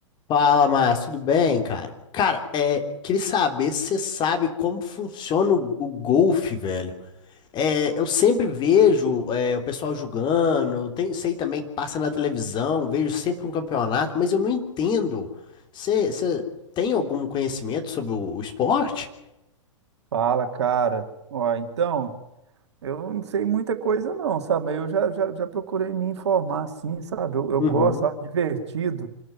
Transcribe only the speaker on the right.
Fala, cara. Ó, então, eu não sei muita coisa não, sabe? Mas Eu já, já, já procurei me informar, assim, sabe? Eu, eu
gosto, acho divertido.